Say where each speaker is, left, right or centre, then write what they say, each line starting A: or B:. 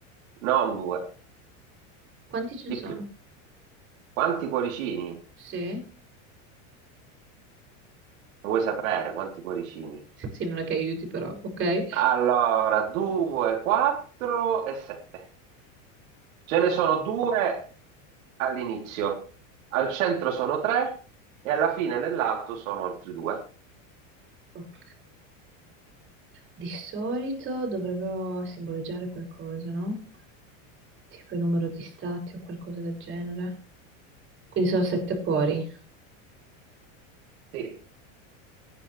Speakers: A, on the right; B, on the right.
A: non due,
B: Quanti ce
A: di
B: ne sono?
A: più. Quanti cuoricini?
B: Sì?
A: Lo vuoi sapere quanti cuoricini?
B: Sì, non è che aiuti però, ok?
A: Allora, 2, 4 e 7. Ce ne sono due all'inizio, al centro sono tre e alla fine nell'alto sono altri due.
B: Ok. Di solito dovrebbero simboleggiare qualcosa, no? Tipo il numero di stati o qualcosa del genere. Quindi sono sette cuori.
A: Sì.